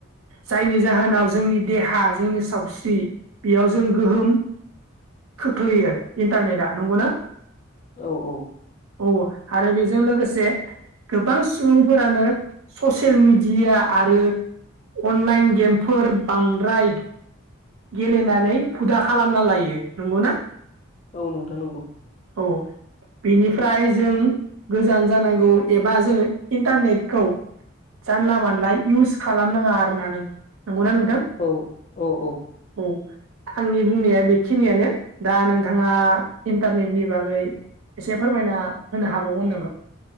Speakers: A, on the right (about 85°); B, on the left (about 35°).
A: जायनि जाहोनाव जोंनि देहा जोंनि सावस्रि बेयाव जों गोहोम खोख्लैयो इन्टारनेटआ नंगौना
B: औ औ।
A: औ आरो बे जों लोगोसे गोबां सुबुंफोरानो ससियेल मिडिया आरो अनलाइन गेमफोर बांद्राय गेलेनानै हुदा खालामना लायो। नंगौना?
B: औ नोंथां नोंगौ।
A: औ। बिनिफ्राय जों गोजान जानांगौ एबा जों इन्टारनेटखौ जानला मोनला इउस खालामनाङा आरोना नों नंगौना नोंथां
B: औ औ औ।
A: औ। आंनि बुंनाया बेखिनियानो दा नोंथाङा इन्टारनेटनि बागै एसे फोरमायना होनो हाबावगोन नामा?